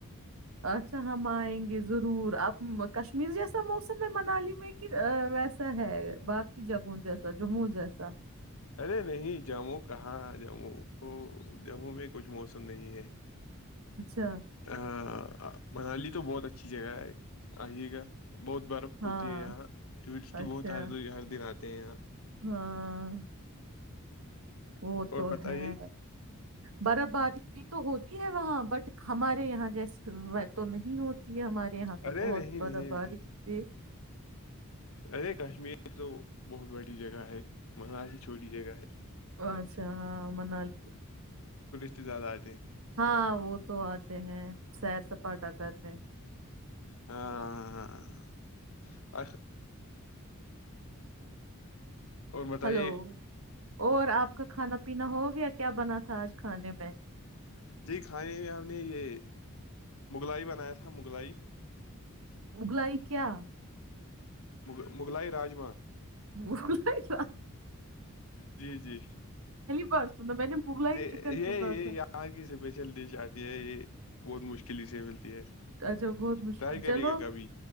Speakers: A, on the right; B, on the left.
A: اچھا ہم آئیں گے ضرور اب کشمیر جیسا موسم ہے منالی میں کہ ویسا ہے باقی جگہوں جیسا جموں جیسا
B: ارے نہیں جموں کہاں جموں وہ جموں میں کچھ موسم نہیں ہے
A: اچھا
B: ا <inaudible> منالی تو بہت اچھی جگہ ہے آئیے گا بہت برف
A: ہاں
B: ہوتی ہے یہاں ٹورسٹ
A: اچھا
B: بہت ہ ہر دن آتے ہیں یہاں
A: ہاں وہ
B: اور
A: تو
B: بتائیے
A: ہے برف باری بھی تو ہوتی وہاں بٹ ہمارے یہاں جیس تو نہیں ہوتی ہے ہمارے یہاں تو
B: ارے
A: بہت
B: نہیں
A: برف باری ہوتی ہے
B: ارے کشمیر تو بہت بڑی جگہ ہے مگا ہیی چھوٹی جگہ ہے
A: اچھا ہاں منالی
B: کت زیاہ
A: ہاں وہ تو آتے ہیں سیر سپاٹا کرنے
B: ہاں آ اور بتائیے
A: ہلو اور آپ کا کھانا پینا ہو گیا کیا بنا تھا آج کھانے میں
B: جی کھانے میں ہم نے یہ مغلائی بنایا تھا مغلائی
A: مغلائی کیا
B: م مغلائی راجما
A: مر ل س
B: جی جی
A: بار سنا میں نے مغلائی
B: جی
A: چکن
B: یہی
A: سنا تھا
B: یہاں کی اسپیشل ڈش آتی یہ یہ بہت مشکل سے ملتی ہے
A: اچھا بہت مشکل
B: ٹرائی کریے
A: چلو
B: گا کبھی